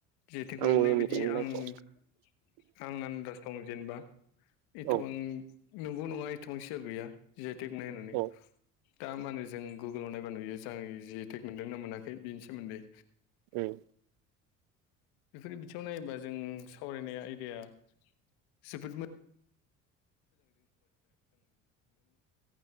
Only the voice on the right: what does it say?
आंबो
मिथिनायखौ
औ
औ
उम